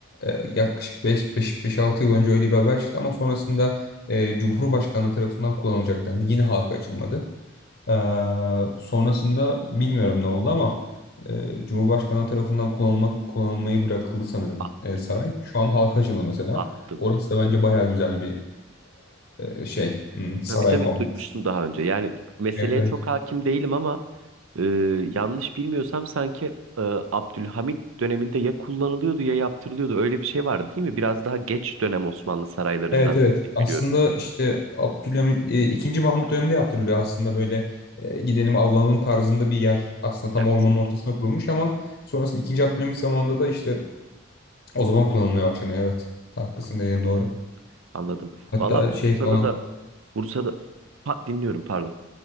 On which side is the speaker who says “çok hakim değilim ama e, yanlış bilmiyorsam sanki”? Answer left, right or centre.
Right